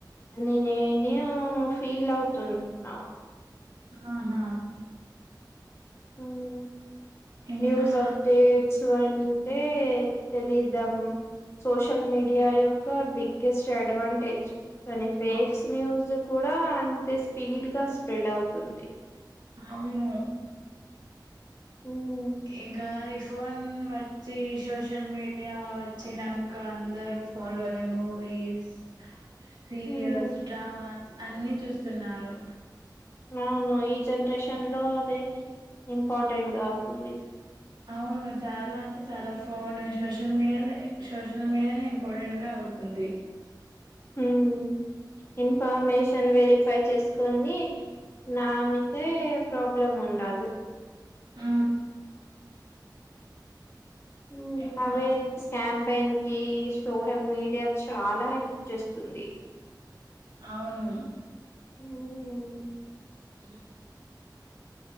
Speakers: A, on the left; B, on the right.
A: నిను నేనియో ఫీల్ అవుతున్నావు
B: ఆహా
A: అవునా
B: ఇంకా
A: న్యూస్ అప్డేట్స్ అని అంటే తెలిద్దాం సోషల్ మీడియా యొక్క బిగ్ గెస్డ్ అడ్వాంటేజ్ కొన్ని ఫేక్స్
B: అవ్-
A: న్యూస్ కూడా అయితే స్పీడ్ గా స్ప్రెడ్ అవుతుంది
B: అవును
A: ఉమ్,
B: ఇంకా ఇఫ్ ఫోన్ వచ్చి సోషల్ మీడియా వచ్చినాంక అందరు ఫోన్ లోనే మూవీ మూవీస్ సీరియల్స్
A: ఉమ్.
B: డ్రామాస్ అన్ని చూస్తున్నారు
A: అవును ఈ జనరేషన్ లో అదే ఇంపార్టెంట్ గా అవుతుంది
B: అవును చాలా అంటే చాలా ఫోన్ సోషల్ మీడియాలో సోషల్ మీడియానే ఇంపార్టెంట్ గా అ అవుతుంది
A: హ్మ్ ఇన్ఫర్మేషన్ వెరిఫై చేసుకని నామ్మితే ప్రాబ్లం ఉండదు
B: ఆ
A: మ్మ్
B: ఇంకా
A: అవే స్టాంప్ <unintelligible> కి సోషల్ మీడియా కి చాలా హెల్ప్ చేస్తుంది
B: అవునా
A: హ్మ్
B: అవును